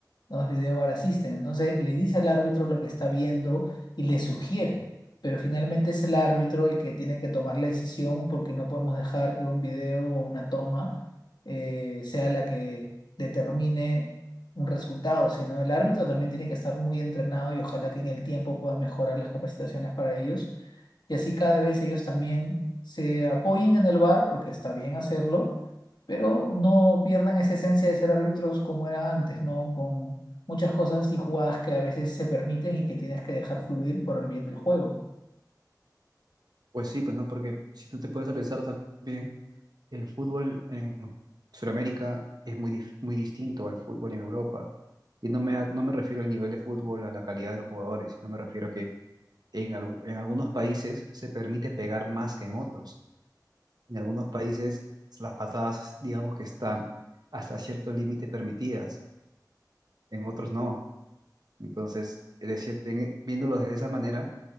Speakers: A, on the left; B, on the right.
A: no es video VAR asisten. Entonces le dice al árbitro lo que está viendo y le sugiere, pero finalmente es el árbitro el que tiene que tomar la decisión porque no podemos dejar que un video o una toma eh, sea la que determine un resultado, sino el árbitro también tiene que estar muy entrenado y ojalá que en el tiempo pueda mejorar las capacitaciones para ellos y así cada vez ellos también se apoyen en el VAR, porque está bien hacerlo, pero no pierdan esa esencia de ser árbitros como era antes, ¿no? Con muchas cosas y jugadas que a veces se permiten y que tienes que dejar fluir por el bien del juego.
B: Pues sí, pues no, porque si tú te puedes a pensar también, el fútbol en Sudamérica es muy, dif- muy distinto al fútbol en Europa. Y no me, no me refiero al nivel de fútbol, a la calidad de los jugadores, sino me refiero que en, algu- en algunos países se permite pegar más que en otros. En algunos países las patadas, digamos que están hasta cierto límite permitidas, en otros no. Entonces, es decir, ten- viéndolo de esa manera,